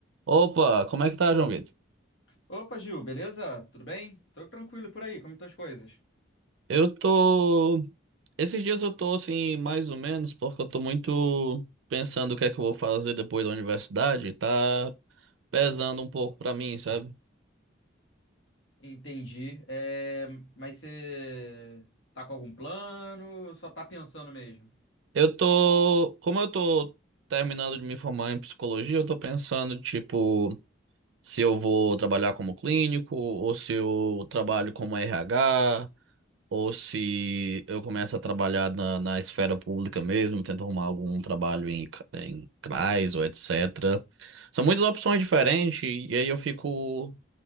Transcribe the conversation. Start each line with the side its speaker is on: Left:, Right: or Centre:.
Right: Opa, como é que tá, João Vitor?
Left: Opa, Gil, beleza? Tudo bem? Tô tranquilo por aí, como estão as coisas?
Right: Eu tô. Esses dias eu tô assim, mais ou menos, porque eu tô muito pensando o que é que eu vou fazer depois da universidade, tá pesando um pouco pra mim, sabe?
Left: Entendi. É, mas você tá com algum plano ou só tá pensando mesmo?
Right: Eu tô. Como eu tô terminando de me formar em psicologia, eu tô pensando, tipo, se eu vou trabalhar como clínico ou se eu trabalho como RH. Ou se eu começo a trabalhar na, na esfera pública mesmo, tento arrumar algum trabalho em, ca- em CRAS ou etc. São muitas opções diferentes e aí eu fico